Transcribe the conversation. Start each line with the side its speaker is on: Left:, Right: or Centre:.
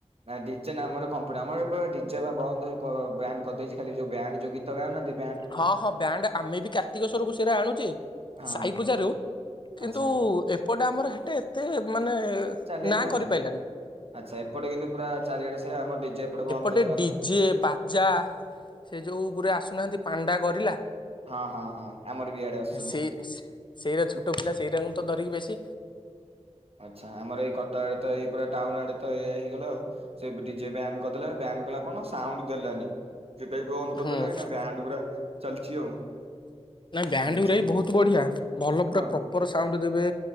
Right: ନା ଡିଜେ ନା ଆମର କମ୍ପୁ ଆମର ଏପଟ ଡିଜେ ବା ବନ୍ଦ ହେ ବ୍ୟାନ କରିଦେଇଛି ଖାଲି ଯୋଉ ବ୍ୟାଣ୍ଡ ଯୋଉ ଗୀତ ଗାଉନାହାଁନ୍ତି
Left: ହଁ ହଁ ବ୍ୟାଣ୍ଡ ଆମେ ବି କାର୍ତ୍ତିକଶ୍ୱରକୁ ସେ ଗୁରା ଆଣୁଚି
Right: ହଁ
Left: ସାଇ ପୂଜାରୁ କିନ୍ତୁ
Right: ଆଚ୍ଛା।
Left: ଏପଟେ ଆମର ହେଟେ ଏତେ ମାନେ
Right: ଚାଲିନି
Left: ନାଁ
Right: ଆଉ
Left: କରିପାଇଲାନି
Right: ଆଚ୍ଛା ଏପଟେ କିନ୍ତୁ ପୁରା ଚାରିଆଡେ ସେ ଆମ ଡିଜେ ବନ୍ଦ
Left: ଏପଟେ
Right: କରିଦେଲା
Left: ଡିଜେ,
Right: ବା।
Left: ବାଜା ସେ ଯୋଉ ଗୁରା ଆସୁ ନାହାଁନ୍ତି ପାଣ୍ଡା ଗରିଲା।
Right: ହଁ ହଁ ହଁ ଆମର ବି ଇଆଡେ ଆସୁଛନ୍ତି।
Left: ସେଇ ସେଇଟା ଛୋଟ ପିଲା ସେଇଟାଙ୍କୁ ତ ଧରିକି ବେଶୀ
Right: ଆଚ୍ଛା ଆମର ଏଇ କଟକ ଆଡେ ତ ଏଇ ପୁରା ଟାଉନ ଆଡେ ତ ଏଇ ହେଇଗଲା ଆଉ ସେ ଡିଜେ ବ୍ୟାନ୍ କରିଦେଲା ବ୍ୟାନ୍ କଲା କଣ ନା ସାଉଣ୍ଡ ଦେଲାନି। ସେଟା ବି ବନ୍ଦ କରିଦେଲା
Left: ହୁଁ ନାଇଁ
Right: ଏଇନା ବ୍ୟାଣ୍ଡ ଗୁରା ଚାଲିଛି ଆଉ
Left: ବ୍ୟାଣ୍ଡ
Right: ଚାଲିଛି
Left: ଗୁରା ବି ବହୁତ ବଢିଆ ଭଲ ପୁରା
Right: ହଁ
Left: ପ୍ରପର ସାଉଣ୍ଡ ଦେବେ